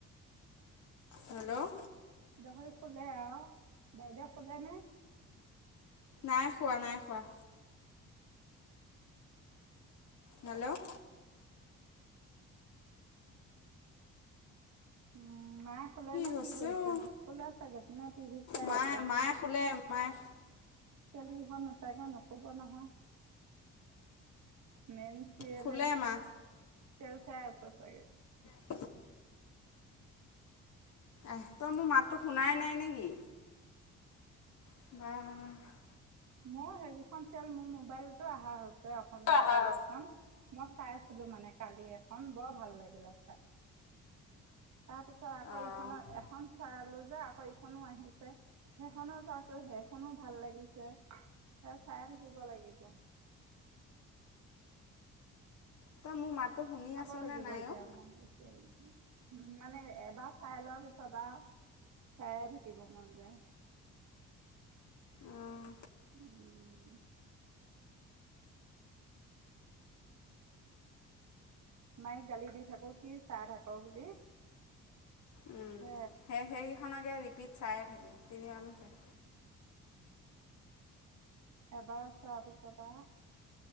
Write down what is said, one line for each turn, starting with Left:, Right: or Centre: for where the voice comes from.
Left: হেল্ল'!
Right: গাহৰি খোলে আৰু, বাইদেউ খোলে নে?
Left: নাই খোৱা, নাই খোৱা। হেল্ল'!
Right: উ মায়ে শুলে নে
Left: হৈছে
Right: কি কৰিছে,
Left: অ
Right: শুলে চাগেদিনে টিভি চাই
Left: মায়ে
Right: আছে?
Left: মায়ে শুলে মাই।
Right: চিয়েলকেইখন নোচোৱা কৈ নুশুব নহয়, মেই চিয়লে
Left: শুলে
Right: চেল,
Left: মা
Right: চিয়েল চাই আছে চাগে।
Left: উম' এ, তই মোৰ মাতটো শুনাই নাই নেকি? উম।
Right: মোৰ সেইকেইখন চিয়েল মোৰ মোবাইলতো অহা হৈছে অসমীয়া
Left: অঁ
Right: চিয়েল কেইখন। মই চাই আছিলো মানে কালি এখন বৰ ভাল লাগিলে চাই। তাৰপিছত আকৌ,
Left: অঁ
Right: ইখনৰ এখন চালো যে আকৌ ইখনো আহিছে, সেইখনো চাইছো সেইখনো ভাল লাগিছে। ত, চাই থাকিব লাগিব।
Left: তই মোৰ মাতটো শুনি
Right: চাব
Left: আছনে
Right: লাগিব
Left: নাই
Right: এতিয়া
Left: অ,?
Right: <inaudible> মানে এবাৰ চাই লোৱা পিছত আৰু চায়ে থাকিব মন যায়।
Left: অঁ
Right: উম, মাইক গালি দি থাকো, কি চাই থাক বুলি,
Left: উম
Right: হে
Left: সেই সেইকেইখনকে ৰিপিট চায়ে থাকে, তিনিবাৰমান চাই
Right: এবাৰ চোৱাৰ পিছত আৰু